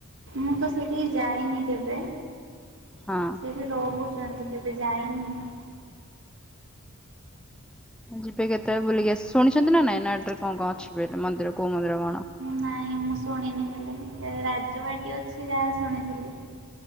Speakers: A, on the right; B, in the centre.
A: ମୁଁ ତ ସେଇଠିକି ଯାଇନି କେବେ
B: ହଁ।
A: ସେ ରହୁଛନ୍ତି କେବେ ଯାଇନି ମୁଁ
B: ଯିବେ କେତେ ବୁଲିକୀ ଆସ ଶୁଣିଛନ୍ତି ନାଁ ନାଇଁ ନେଟ୍ ରେ କଣ କଣ ଅଛି ବେଲି ମନ୍ଦିର କୋଉ ମନ୍ଦିର କଣ?
A: ନାହିଁ ମୁ ସୁଣିନି ହେଲେ ରାଜବାଟି ଅଛି ଯାହା ଶୁଣିଥିଲି।